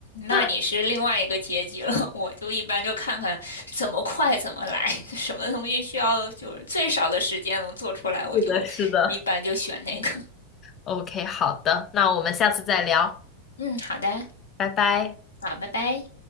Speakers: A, on the left (about 70°); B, on the left (about 30°).
A: 那你是另外一个阶级了。
B: <laughs>
A: <laughs> 我就一般就看看怎么快怎么来，<laughs> 什么东西需要就是最少的时间能做出来，我就一般就选那个。
B: 是的，是的。OK，好的，那我们下次再聊，
A: 嗯，好的，
B: 拜拜。
A: 好，拜拜。